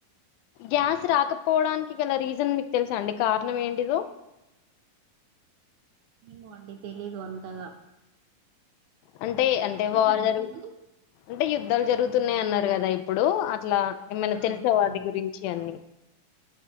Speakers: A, on the left (about 90°); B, on the right (about 70°).
A: గ్యాస్ రాకపోడాన్ గల రీజన్ మీకు తెలుస అండి కారణ వేడిదు
B: ఏమో అండి తెలీదు అంతగా
A: అంటే అంటే
B: తెలుసా
A: వాళ్ళరు
B: అండి మీకు
A: అంటే యుద్ధాలు జరుగుతున్నాయి అన్నారు కదా ఇప్పుడు అట్లా ఏమన్నా
B: ఆ
A: తెలిసే వాటి
B: అవును
A: గురించి అన్ని